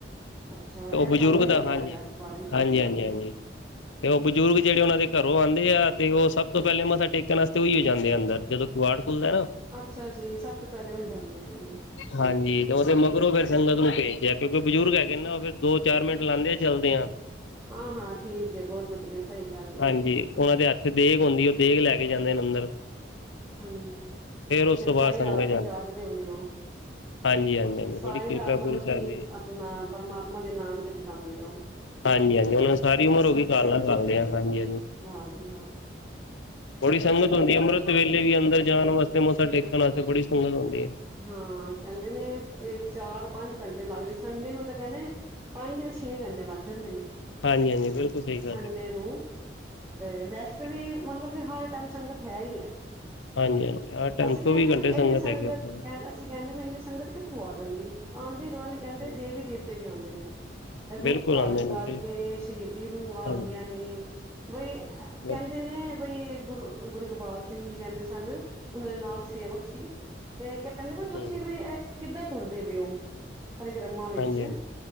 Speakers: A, on the right; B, on the left.
A: ਅੱਛਾ,
B: ਤੇ
A: ਇਹ
B: ਉਹ ਬਜ਼ੁਰਗ
A: ਸਾਨੂੰ ਨੀ ਪਤਾ
B: ਦਾ ਹਾਂਜੀ
A: ਹੈਗਾ ਇਸ ਬਾਰੇ।
B: ਹਾਂਜੀ ਹਾਂਜੀ ਹਾਂਜੀ ਤੇ ਉਹ ਬਜ਼ੁਰਗ ਜਿਹੜੇ ਉਹਨਾਂ ਦੇ ਘਰੋਂ ਆਉਂਦੇ ਆ, ਤੇ ਉਹ ਸਭ ਤੋਂ ਪਹਿਲੇ ਮੱਥਾ ਟੇਕਣ ਵਾਸਤੇ ਉਹੀ ਹੋ ਜਾਂਦੇ ਆ ਅੰਦਰ ਜਦੋਂ ਕਿਵਾੜ ਖੁੱਲਦਾ ਨਾ
A: ਅੱਛਾ ਜੀ, ਸਭ ਤੋਂ ਪਹਿਲੇ ਉਹੀ ਜਾਂਦੇ ਹੈਗੇ ਨੇ।
B: ਹਾਂਜੀ ਤੇ ਉਹਦੇ ਮਗਰੋਂ ਫਿਰ ਸੰਗਤ ਨੂੰ ਭੇਜਦੇ ਐ, ਕਿਉਂਕਿ ਬਜ਼ੁਰਗ ਹੈਗੇ ਨਾ, ਉਹ ਫਿਰ ਦੋ ਚਾਰ ਮਿੰਟ ਲਾਉਦੇ ਆ ਚੱਲਦੇ ਆ।
A: ਹਾਂ ਹਾਂ ਠੀਕ ਹੈ, ਬਹੁਤ ਵਧੀਆ, ਸਹੀ ਗੱਲ ਹੈ।
B: ਹਾਂਜੀ ਉਹਨਾਂ ਦੇ ਹੱਥ ਇਥੇ ਦੇਗ ਹੁੰਦੀ ਏ, ਦੇਗ ਲੈ ਕੇ ਜਾਂਦੇ ਨੇ ਅੰਦਰ।
A: ਹਾਂਜੀ,
B: ਉਸ
A: ਫੇਰ
B: ਤੋਂ
A: ਸਾਰੀ
B: ਬਾਅਦ ਸੰਗਤ
A: ਰਾਤ
B: ਜਾਂਦੀ
A: ਜਾਗਦੇ ਹੋਣੇ ਓ।
B: ਹਾਂਜੀ ਹਾਂਜੀ ਹਾਂਜੀ
A: ਸਾਰੀ
B: ਬੜੀ ਕਿਰਪਾ
A: ਰਾਤ, ਮਤਲਬ
B: ਗੁਰੂ ਸਾਹਿਬ
A: ਕਿ
B: ਦੀ
A: ਆਪਣਾ ਪ੍ਰਮਾਤਮਾ ਦੇ ਨਾਮ ਤੇ ਬਿਤਾਉਂਦੇ ਔ।
B: ਹਾਂਜੀ-ਹਾਂਜੀ ਉਹਨਾਂ ਨੂੰ ਸਾਰੀ ਉਮਰ ਹੋ ਗਈ ਕਾਲਾਂ ਕਰਦੇ ਆ ਹਾਂਜੀ-ਹਾਂਜੀ।
A: ਹਾਂਜੀ ਹਾਂ।
B: ਬੜੀ ਸੰਗਤ ਹੁੰਦੀ ਏ ਅੰਮ੍ਰਿਤ ਵੇਲੇ ਵੀ ਅੰਦਰ ਜਾਣ ਵਾਸਤੇ ਮੱਥਾ ਟੇਕਣ ਵਾਸਤੇ ਬੜੀ ਸੰਗਤ ਹੁੰਦੀ ਏ।
A: ਹਾਂ ਕਹਿੰਦੇ ਨੇ ਤੇ ਚਾਰ-ਪੰਜ ਘੰਟੇ ਲੱਗਦੇ ਸੰਡੇ ਨੂੰ ਤਾਂ ਕਹਿੰਨੇਂ ਪੰਜ ਦੇ ਵਿੱਚ ਛੇ ਘੰਟੇ ਲੱਗ ਜਾਂਦੇ ਨੇ।
B: ਹਾਂਜੀ-ਹਾਂਜੀ ਬਿਲਕੁਲ ਸਹੀ ਗੱਲ
A: ਸੰਡੇ
B: ਏ।
A: ਨੂੰ ਤੇ ਵੈਸੇ ਵੀ,
B: ਹੈ
A: ਮਤਲਬ ਕਿ ਹਰ ਟਾਈਮ ਸੰਗਤ ਹੈ ਈ ਐ।
B: ਹਾਂਜੀ-ਹਾਂਜੀ ਆ ਟਾਈਮ
A: ਅਸੀਂ ਕਹਿੰਦੇ
B: ਚੌਵੀ ਘੰਟੇ
A: ਬਈ
B: ਸੰਗਤ
A: ਇੰਨੀ
B: ਹੈਗੀ ਉੱਥੇ।
A: ਕ ਅਸੀਂ ਕਹਿੰਦੇ ਵੀ ਇੰਨੀ ਸੰਗਤ ਕਿੱਥੋਂ ਆ ਜਾਂਦੀ ਏ, ਆਂਦੀ ਜਾਂਦੀ ਕਹਿੰਦੇ
B: ਹਮ
A: ਦੇਵੀ-ਦੇਵਤੇ ਵੀ ਆਉਂਦੇ ਨੇ। ਰੂਪ
B: ਬਿਲਕੁਲ
A: ਧਾਰਨ
B: ਆਉਂਦੇ
A: ਕਰਕੇ
B: ਨੇ ਬਿਲ
A: ਸ਼ਹੀਦੀ ਰੂਹਾਂ ਆਉਂਦੀਆਂ
B: ਹਾਂਜੀ
A: ਨੇ। ਬਈ, ਐ
B: ਬਿਲਕੁਲ
A: ਕਹਿੰਦੇ ਨੇ ਬਈ ਏ ਗੁਰੂ ਗੁਰੂ ਇਕਬਾਲ ਸਿੰਘ ਜੀ ਕਹਿੰਦੇ ਸਨ ਉਹਨਾਂ ਦੇ ਨਾਲ ਸੇਵਕ ਸੀ ਤੇ ਕਹਿ। ਕਹਿੰਦੇ ਵੀ ਤੁਸੀਂ
B: ਹਮ
A: ਵੀ ਇਹ ਕਿੱਦਾਂ ਤੁਰਦੇ ਪਏ ਓ। ਪਰਿਕਰਮਾ ਵਿੱਚ
B: ਹਾਂਜੀ ਹਾਂਜੀ